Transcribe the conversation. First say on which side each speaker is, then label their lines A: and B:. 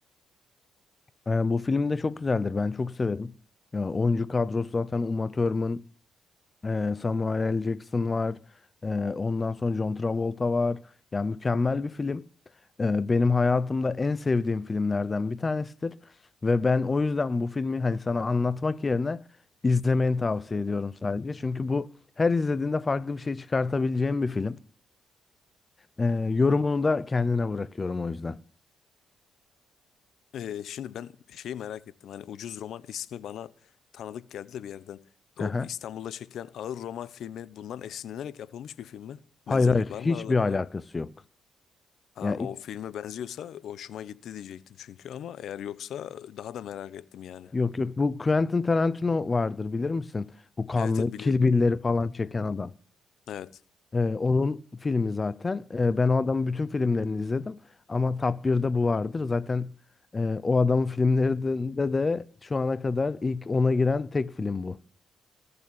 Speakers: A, on the left; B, on the left.
A: Ee, bu film de çok güzeldir. Ben çok severim. Ya, oyuncu kadrosu zaten Uma Thurman, Ee, Samuel L. Jackson var. Ee, ondan sonra John Travolta var. Yani mükemmel bir film. Ee, benim hayatımda en sevdiğim filmlerden bir tanesidir. Ve ben o yüzden bu filmi hani sana anlatmak yerine izlemeni tavsiye ediyorum sadece. Çünkü bu her izlediğinde farklı bir şey çıkartabileceğim bir film. Ee, yorumunu da kendine bırakıyorum o yüzden.
B: Ee, şimdi ben şeyi merak ettim. Hani Ucuz Roman ismi bana tanıdık geldi de bir yerden.
A: Hı
B: O
A: hı.
B: İstanbul'da çekilen ağır roman filmi bundan esinlenerek yapılmış bir film mi?
A: Hayır
B: Benzerlik
A: hayır hiçbir
B: var mı aralarında?
A: alakası yok.
B: Ha,
A: Yani
B: o
A: ilk-
B: filme benziyorsa hoşuma gitti diyecektim çünkü ama eğer yoksa daha da merak ettim yani.
A: yok yok bu Quentin Tarantino vardır bilir misin? Bu kanlı
B: Evet evet biliyorum.
A: Kill Bill'leri falan çeken adam.
B: Evet.
A: Ee, onun filmi zaten. Ee, ben o adamın bütün filmlerini izledim. Ama Top 1'de bu vardır. Zaten e, o adamın filmlerinde de şu ana kadar ilk ona giren tek film bu. <laughs>